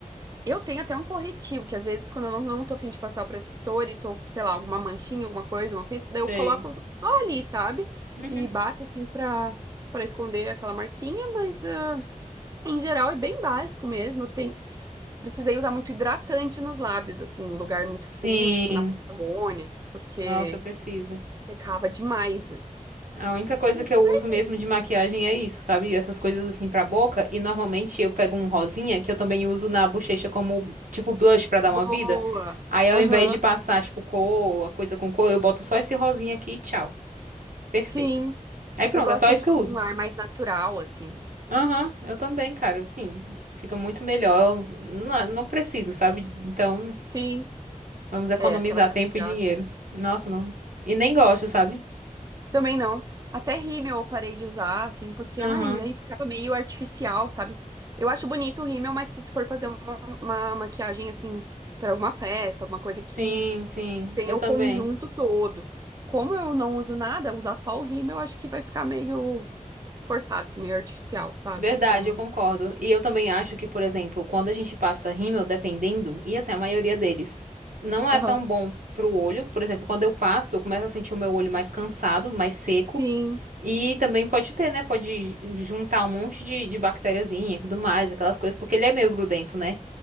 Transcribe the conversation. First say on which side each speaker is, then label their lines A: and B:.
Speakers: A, on the right (about 25°); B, on the right (about 70°).
A: Eu tenho até um corretivo, que às vezes, quando eu não, não tô a fim de passar o protetor e tô, sei lá, alguma manchinha, alguma coisa, uma pinta, daí eu
B: Sei.
A: coloco só ali, sabe?
B: Uhum.
A: E bato assim pra, pra esconder aquela marquinha, mas ah, em geral é bem básico mesmo. Tem, precisei usar muito hidratante nos lábios, assim, em lugar muito
B: Sim.
A: frio, tipo na Patagônia, porque
B: Nossa, eu preciso.
A: secava demais, né?
B: A única coisa
A: Mas
B: que
A: é
B: eu
A: mais
B: uso mesmo
A: isso.
B: de maquiagem é isso, sabe? Essas coisas assim pra boca. E normalmente eu pego um rosinha, que eu também uso na bochecha como, tipo, blush pra dar
A: Boa.
B: uma vida. Aí ao
A: Aham.
B: invés de passar, tipo, cor, a coisa com cor, eu boto só esse rosinha aqui e tchau. Perfeito.
A: Sim.
B: Aí pronto,
A: Eu gosto
B: é só isso
A: de
B: que eu
A: um
B: uso.
A: ar mais natural, assim.
B: Aham, eu também, cara. Sim, fica muito melhor. Não, não preciso, sabe? Então,
A: Sim.
B: vamos economizar
A: É, aquela carregada.
B: tempo e dinheiro.
A: assim.
B: Nossa, não. E nem gosto, sabe?
A: Também não. Até rímel eu parei de usar, assim, porque
B: Aham.
A: ai, aí ficava meio artificial, sabe? Eu acho bonito o rímel, mas se tu for fazer uma, uma maquiagem, assim, para alguma festa, alguma coisa que
B: Sim, sim,
A: tenha
B: eu
A: o
B: também.
A: conjunto todo. Como eu não uso nada, usar só o rímel, eu acho que vai ficar meio forçado, assim, meio artificial, sabe?
B: Verdade,
A: Então,
B: eu concordo. E eu também acho que, por exemplo, quando a gente passa rímel, dependendo, e assim, a maioria deles não é
A: aham.
B: tão bom pro olho. Por exemplo, quando eu passo, eu começo a sentir o meu olho mais cansado, mais seco.
A: Sim,
B: E também pode ter, né? Pode juntar um monte de, de bactériazinha e tudo mais, aquelas coisas, porque ele é meio grudento, né?